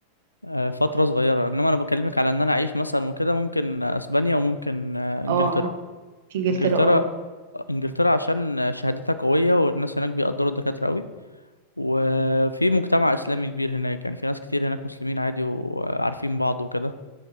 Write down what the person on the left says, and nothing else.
آه، فتره صغيره انما انا بكلمك على ان انا اعيش مثلا وكده ممكن اسبانيا وممكن آه، انجلترا
انجلترا
انجلترا عشان شهادتها قويه والناس هناك بيقدروا الدكاتره قوي وفي مجتمع اسلامي كبير هناك يعني في ناس كتير هناك مسلمين عادي وعارفين بعض وكده